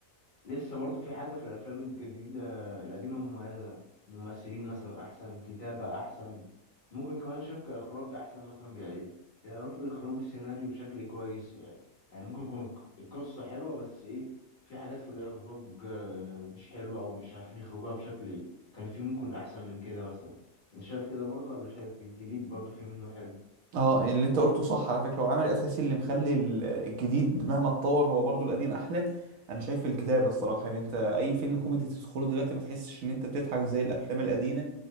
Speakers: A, on the left (about 40°); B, on the right (about 80°).
A: لسه برضو في حاجة في الأفلام الجديدة القديمة مميزة ممثلين مثلا أحسن كتابة أحسن ممكن كمان شايف كإخراج أحسن مثلا بي- بيعرفوا يخرجوا السيناريو بشكل كويس يعني يعني ممكن يكون القصة حلوة بس إيه في حاجات في الإخراج آه، مش حلوة أو مش عارفين يخرجوها بشكل إيه كان في ممكن أحسن من كده مثلا أنت شايف كده برضو ولا شايف الجديد برضو في منه حلو
B: اه اللي انت قلته صح على فكرة هو العمل الاساسي اللي مخلي ال- الجديد مهما اتطور هو برضو القديم احلى انا شايف الكتابة الصراحة يعني انت اي فيلم كوميدي تدخله دلوقتي ما تحسش ان انت بتضحك زي الافلام القديمة